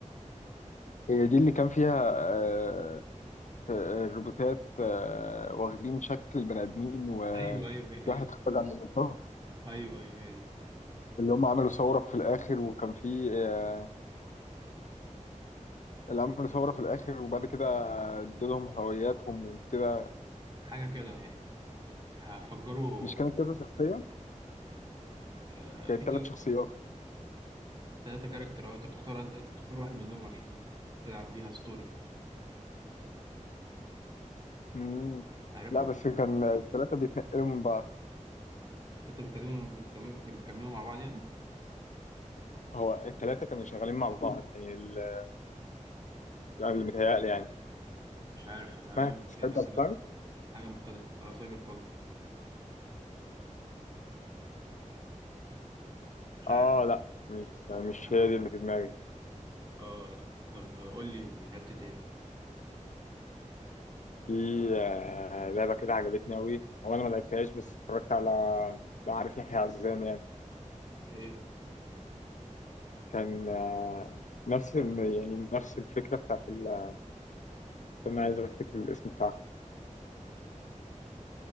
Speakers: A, on the left; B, on the right.
A: هي دي اللي كان فيها آه، في الروبوتات آه، واخدين شكل البني آدمين وفي
B: ايوه ايوه هي دي
A: واحد اخترع الروبوتات
B: ايوه ايوه هي دي
A: اللي هم عملوا ثورة في الآخر وكان في آه، اللي عملوا ثورة في الآخر وبعد كده ادولهم هوياتهم وكده
B: حاجة كده يعني هفجروا
A: مش كانت كذا شخصية؟
B: آه،
A: كانت
B: في
A: ثلاث شخصيات
B: تلاتة كاركتر اه انت بتختار انت بتختار واحد منهم عشان تلعب بيها ستوري
A: مم.
B: عارفها؟
A: لا بس كان الثلاثة بيتنقلوا من بعض
B: انت بيكلموا بيكلموا بيكملوا مع بعض يعني؟
A: هو الثلاثة كانوا شغالين مع بعض يعني ال- يعني اللي متهيألي يعني
B: مش عارف احنا
A: اسمها
B: غالبا بنتكلم
A: سايد
B: عن
A: باي
B: حاجة
A: سايد
B: حاجة مختلفة اه سايبر بانك مش
A: اه
B: عارف
A: لا مش مش
B: حاجة-
A: هي دي اللي في دماغي
B: اه لا طب قول لي لعبت تاني
A: في آه، لعبة كده عجبتني أوي هو أنا ما لعبتهاش بس اتفرجت على لا عارف يحيى عزام يعني
B: ايه؟
A: كان آه، نفس ال- يعني نفس الفكرة بتاعت ال- استنى عايز أفتكر الاسم بتاعها